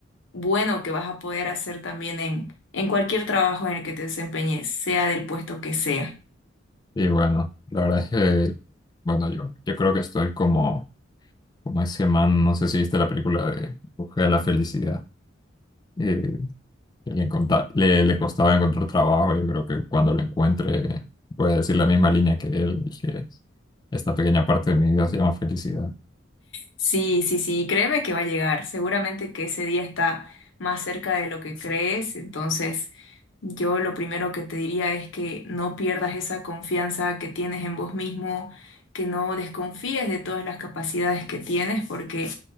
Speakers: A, on the left (about 75°); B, on the left (about 20°).
A: bueno que vas a poder hacer también en, en cualquier trabajo en el que te desempeñes, sea del puesto que sea.
B: Y bueno, la verdad es que, bueno, yo, yo creo que estoy como, como ese man, no sé si viste la película de En Busca de la Felicidad. eh, que le, enconta- le, le costaba encontrar trabajo. Yo creo que cuando lo encuentre voy a decir la misma línea que él, y que esta pequeña parte de mi vida se llama felicidad.
A: Sí, sí, sí, créeme que va a llegar. Seguramente que ese día está más cerca de lo que crees. Entonces, yo lo primero que te diría es que no pierdas esa confianza que tienes en vos mismo, que no desconfíes de todas las capacidades que tienes, porque